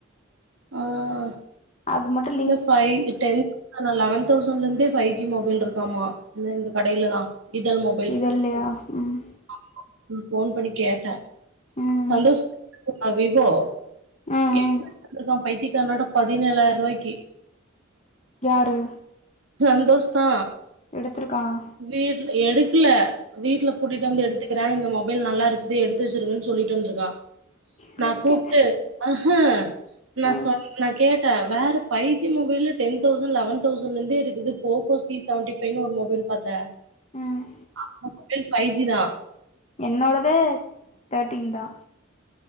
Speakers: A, on the right; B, on the left.
A: <unintelligible>
B: அது மட்டுல்
A: ந்த ஃபைவ் டென் அனா லெவன் தௌசண்ட்ல இருந்தே ஃபைவ் ஜி மொபைல் இருக்காமா இன்ன இந்த கடையில தா இதழ் மொப
B: இதழ்லயா ம்
A: <inaudible> ஃபோன் பண்ணி கேட்ட
B: ம்
A: சந்தோஷ்
B: ம்
A: <inaudible> விவோ
B: ம்
A: <unintelligible> பைத்தியக்காரனாட்டோ பதினேழாயிரூவாய்க்கு
B: யாரு
A: சந்தோஷ் தா
B: எடுத்துருக்கானா
A: வீட்ல எடுக்கல வீட்டுல கூட்டிட்டு வந்து எடுத்துக்கிற இந்த மொபைல் நல்லா இருக்குது எடுத்து வெச்சிருங்கன்னு சொல்லீட் வந்துருக்கா
B: இருக்கேன்
A: நா கூப்ட்டு அஹ நா
B: ஆ
A: சொன் நா கேட்ட வேற ஃபைவ் ஜி மொபைல்ல டென் தௌசண்ட் லெவன் தௌசண்ல இருந்தே இ இதுது போக்கோ சி செவன்டி ஃபைவ்னு ஒரு மொபைல் பாத்த
B: ம்
A: அந்த மொபைல் ஃபைவ் ஜி தா
B: என்னோடதே தேட்டீன் தா